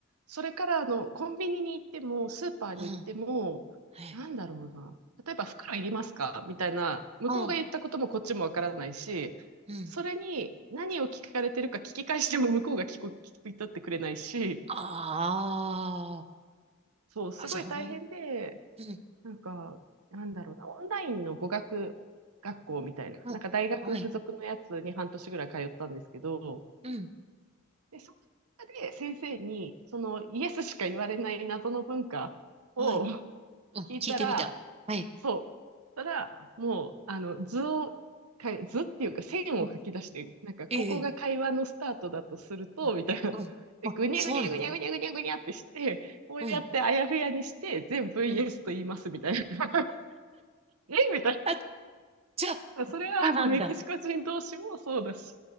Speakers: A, on the right (about 80°); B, on the right (about 25°).
A: それからあの、コンビニに行っても、スーパーに行っても、
B: うん、はい。
A: なんだろうな。例えば袋いりますかみたいな、向こうが言ったこともこっちもわからないし、
B: うん、うん。
A: それに何を聞かれてるか聞き返しても向こうが聞く、<laughs> 聞き取ってくれないし、
B: あ
A: そう、すごい大変で、
B: あ、あ、じゃあ、ほん、うん、
A: なんか、なんだろうな、オンラインの語学学校みたいな、
B: うん、
A: なんか大学付属のやつに半年ぐらい通ったんですけど、
B: はい、うん、
A: で、そこで先生に、そのイエスしか言われない謎の文化を
B: はい。
A: <laughs>
B: うん、
A: 聞いたら、
B: 聞いてみた。はい。
A: そう。たら、もう、あの、図を、か図っていうか線を書き出して、
B: うん、
A: なんか、ここが会話のスタートだとすると、
B: ええ、ええうん、
A: みたいな。
B: うんあ、
A: で、ぐにゃぐにゃぐにゃぐにゃぐにゃぐにゃってして、
B: そうなんだ。
A: こうやってあやふやにして、
B: うん、
A: 全部イエスと言います、
B: うん。
A: みたいな。<laughs> えみたいな。
B: あ、じゃあ、
A: あそれはあのメキシコ人同士もそうだし、
B: そうなんだ。